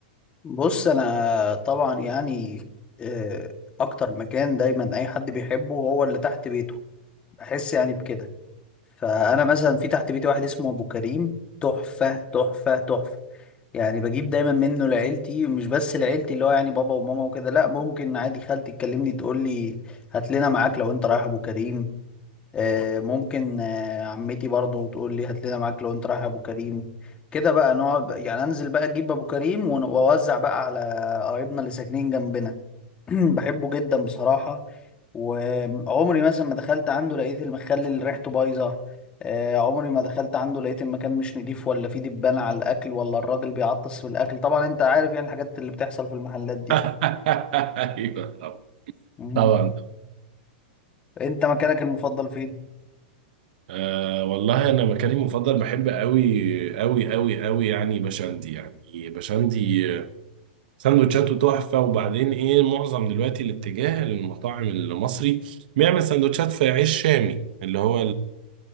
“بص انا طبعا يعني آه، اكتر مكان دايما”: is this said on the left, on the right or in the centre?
Left